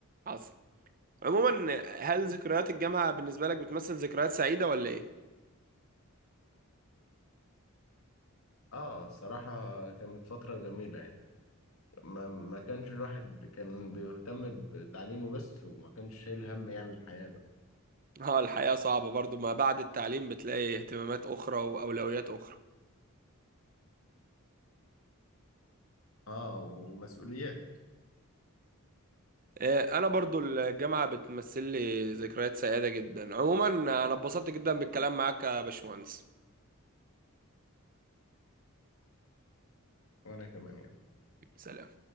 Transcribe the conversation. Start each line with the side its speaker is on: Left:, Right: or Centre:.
Right: حصل عموما هل ذكريات الجامعة بالنسبة لك بتمثل ذكريات سعيدة ولا ايه؟
Left: اه الصراحة كانت فترة جميلة يعني ما, ما كانش الواحد كان بيهتم بتعليمه بس وما كانش شايل هم يعني الحياة بقى
Right: اه الحياة صعبة برضو ما بعد التعليم بتلاقي اهتمامات أخرى وأولويات أخرى
Left: اه ومسؤوليات
Right: آه، أنا برضو الجامعة بتمثل لي ذكريات سعيدة جدا عموما أنا اتبسطت جدا بالكلام معاك يا باشمهندس
Left: وأنا كمان يعني
Right: سلام